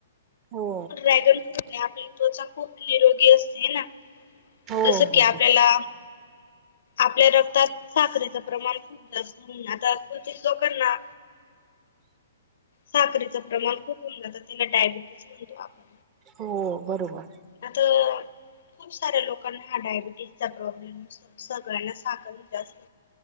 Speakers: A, on the right; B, on the left.
A: हो
B: ड्रॅगन फ्रूटने आपली त्वचा खूप निरोगी असते ना.
A: हो
B: जसं
A: हो
B: की आपल्याला आपल्या रक्तात साखरेचं प्रमाण खूप जास्त म्हणून आता, लोकाना साखरे चं प्रमाण खूप होऊन जातं. त्याला डायबिटीस म्हणतो आपण.
A: हो, बरोबर.
B: आता खूप साऱ्या लोकांना हा डायबिटीजचा प्रॉब्लेम. सगळ्यांना साखर जास्त